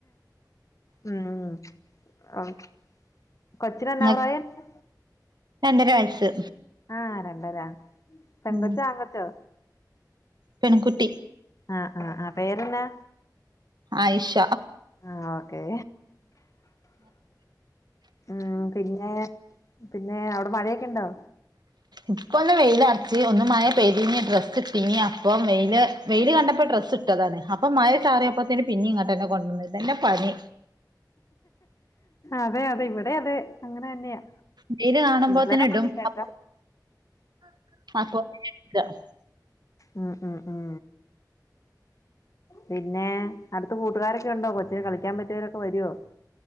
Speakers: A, on the left (about 45°); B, on the right (about 70°).
A: ഉം ആഹ് കൊച്ചിനന്നെ
B: ഇങ്ങക്ക്
A: പ്രയം ഉണ്ട്
B: രണ്ടര വയസ്സ്
A: ആഹ് രണ്ടരാ പെങ്കച്ചോ
B: ഉം
A: അങ്കച്ചോ
B: പെൺകുട്ടി
A: ആഹ് ആഹ് ആഹ് പേര്ന്താ
B: ആയിഷ
A: ആഹ് ഓക്കേ ഉം പിന്നെ പിന്നെ അവിടെ മഴയൊക്കെ ഉണ്ടോ
B: ഇപ്പൊ ഒന്ന് വെയില അടച്ചി ഒന്ന് മായ പേതിനി ഡ്രസ്സ് ഇട്ടിനി അപ്പം വെയില് വെയില് കണ്ടപ്പോ ഡ്രസ്സ് ഇി ട്ടതാണ് അപ്പൊ മയ ചാറിയപ്പോത്തന് പിന്നെ ഇങ്ങോട്ട് തന്നെ കൊണ്ടുവന്നുന്നെ പണി
A: അതെ അതെ ഇവിടെ അതെ അങ്ങനെ തന്നെയാ
B: വെയില് കാണുമ്പോത്തിന്
A: ഇന്നലെ
B: ഇടും
A: മഴയില്ലാട്ട
B: അപ്പൊ <unintelligible>
A: ഉം ഉം ഉം പിന്നെ അടുത്ത് കൂട്ടുകാരൊക്കെ ഉണ്ടോ കൊച്ചിന് കളിക്കാൻ പറ്റിയവരൊക്കെ വരുവോ